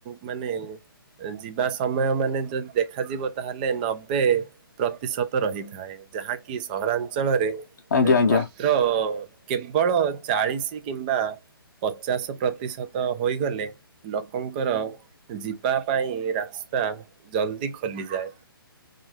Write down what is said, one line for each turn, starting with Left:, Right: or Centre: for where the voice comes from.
Right: ମାନେ ଯିବା ସମୟ ମାନେ ଯଦି ଦେଖାଯିବ ତାହେଲେ ନବେ ପ୍ରତିଶତ ରହିଥାଏ। ଯାହାକି ସହରାଞ୍ଚଳରେ
Left: ଆଜ୍ଞା ଆଜ୍ଞା ଆଜ୍ଞା ଆଜ୍ଞା ଆଜ୍ଞା।
Right: ମାତ୍ର କେବଳ ଚାଳିଶି ଚାଳିଶି କିମ୍ବା ପଚାଶ ପ୍ରତିଶତ ହୋଇଗଲେ ଲୋକଙ୍କର ଯିବା ପାଇଁ ରାସ୍ତା ଜଲଦି ଖୋଲିଯାଏ।